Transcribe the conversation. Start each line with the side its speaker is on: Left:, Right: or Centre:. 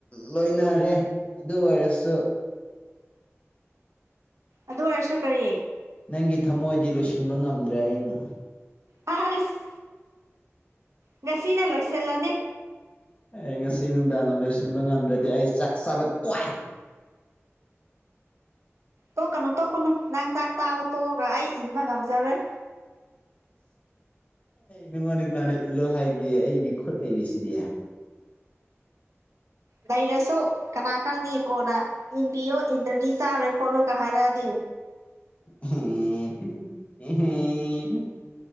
Left: ꯂꯣꯏꯅꯔꯦ ꯑꯗꯨ ꯑꯣꯏꯔꯁꯨ
Right: ꯑꯗꯨ ꯑꯣꯏꯔꯁꯨ ꯀꯔꯤ
Left: ꯅꯪꯒꯤ ꯊꯃꯣꯏꯗꯤ ꯂꯣꯏꯁꯤꯟꯕ ꯉꯝꯗ꯭ꯔꯦ ꯑꯩꯅ
Right: ꯑꯁ ꯉꯁꯤꯅ ꯂꯣꯏꯁꯤꯜꯂꯅꯤ
Left: ꯑꯩ ꯉꯁꯤ ꯅꯨꯡꯗꯥꯡꯅ ꯂꯣꯏꯁꯤꯟꯕ ꯉꯝꯗ꯭ꯔꯗꯤ ꯑꯩ ꯆꯥꯛ ꯆꯥꯕ ꯇꯣꯛ ꯑꯦ
Right: ꯇꯣꯛꯀꯅꯨ ꯇꯣꯛꯀꯅꯨ ꯅꯪ ꯆꯥꯛ ꯆꯥꯕ ꯇꯣꯛꯑꯒ ꯑꯩ ꯏꯟꯕ ꯉꯝꯖꯔꯣꯏ
Left: ꯅꯪꯉꯣꯟꯗꯥ ꯀꯅꯅꯥ ꯏꯜꯂꯣ ꯍꯥꯏꯒꯦ ꯑꯩꯒꯤ ꯈꯨꯠ ꯂꯩꯔꯤꯁꯤꯗꯤ
Right: ꯂꯩꯔꯁꯨ ꯀꯅꯥ ꯈꯪꯅꯤ ꯀꯣꯅ ꯏꯟꯕꯤꯌꯣ ꯏꯟꯗ꯭ꯔꯗꯤ ꯆꯥꯔꯣꯏ ꯈꯣꯠꯂꯣꯏꯒ ꯍꯥꯏꯔꯛꯑꯗꯤ
Left: ꯎꯝ <unintelligible>